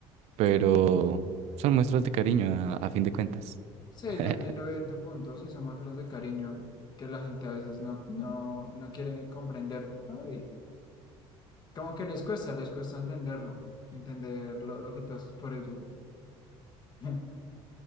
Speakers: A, on the right (about 65°); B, on the left (about 40°).
A: pero son muestras de cariño a, a fin de cuentas.
B: Sí,
A: <laughs>
B: yo entiendo bien tu punto, sí, son muestras de cariño que la gente a veces no, no, no quiere comprender. Ay, como que les cuesta, les cuesta entenderlo, entender lo, lo que tú haces por ellos. <laughs>